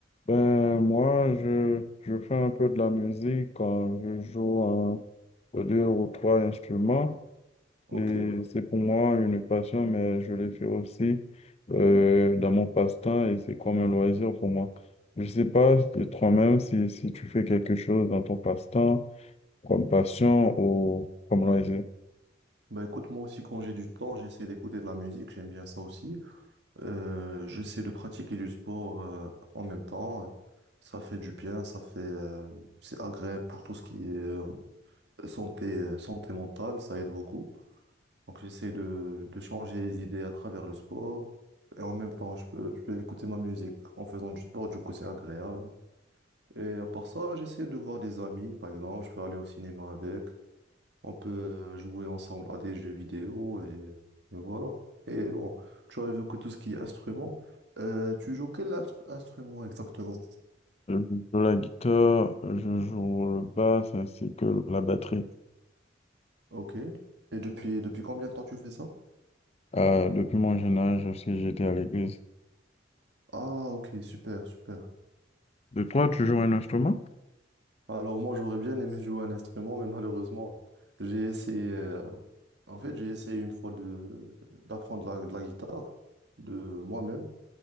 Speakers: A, on the left; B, on the right.
A: Ben, moi, je, je fais un peu de la musique quand je joue un, deux ou trois instruments.
B: Ok.
A: Et c'est pour moi une passion, mais je le fais aussi euh, dans mon passe-temps et c'est comme un loisir pour moi. Je sais pas de toi-même si, si tu fais quelque chose dans ton passe-temps, comme passion ou comme loisir.
B: Bah écoute, moi aussi quand j'ai du temps, j'essaie d'écouter de la musique, j'aime bien ça aussi. Euh, j'essaie de pratiquer du sport euh, en même temps. Ça fait du bien, ça fait euh, c'est agréable pour tout ce qui est euh, santé, euh, santé mentale, ça aide beaucoup. Donc j'essaie de, de changer les idées à travers le sport. Et en même temps, je peux, je peux écouter ma musique en faisant du sport, du coup c'est agréable. Et à part ça, j'essaie de voir des amis, par exemple, je peux aller au cinéma avec. On peut euh, jouer ensemble à des jeux vidéo et, et voilà. Et bon, tu as évoqué tout ce qui est instrument. Euh, tu joues quel instru- instrument exactement?
A: Je joue la guitare, je joue le basse ainsi que le- la batterie.
B: Ok. Et depuis, depuis combien de temps tu fais ça?
A: Euh, depuis mon jeune âge, lorsque j'étais à l'église.
B: Ah, ok, super, super.
A: De toi, tu joues un instrument?
B: Alors moi, j'aurais bien aimé jouer un instrument, mais malheureusement, j'ai essayé... euh, en fait, j'ai essayé une fois de d'apprendre la, de la guitare de moi-même,